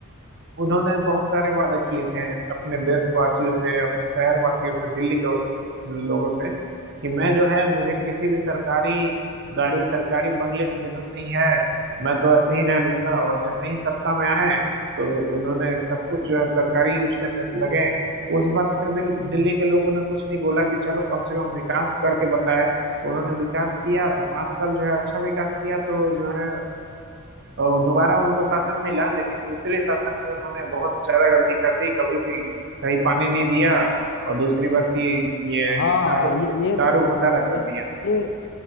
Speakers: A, on the right (about 55°); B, on the left (about 55°).
A: उन्होंने बहुत सारे वादा किए थे अपने देशवासियों से अपने शहरवासियों से दिल्ली के लोगों से कि मैं जो है मुझे किसी भी सरकारी गाड़ी सरकारी बंगले की जरूरत नहीं है मैं तो ऐसे ही रह लूंगा और जैसे ही सत्ता में आए तो उन्होंने सब कुछ जो है सरकारी यूज करने लगे उस बात पे भी दिल्ली के लोगों ने कुछ नहीं बोला कि चलो कम से कम विकास करके बताए उन्होंने विकास किया तो पाँच साल जो है अच्छा विकास किया तो जो है और दोबारा उनको शासन मिला लेकिन दूसरे शासन में उन्होंने बहुत ज्यादा गलती कर दी कभी भी सही पानी नहीं दिया और दूसरी बात की ये
B: हाँ
A: दारू
B: हाँ ये ये
A: दारू
B: तो
A: घोटाला कर
B: ये
A: दिया
B: ये